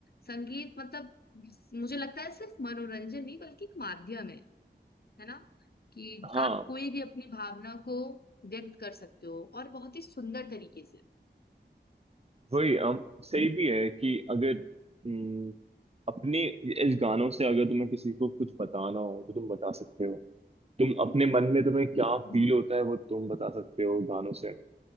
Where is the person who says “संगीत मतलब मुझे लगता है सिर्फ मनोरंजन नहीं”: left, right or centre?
Left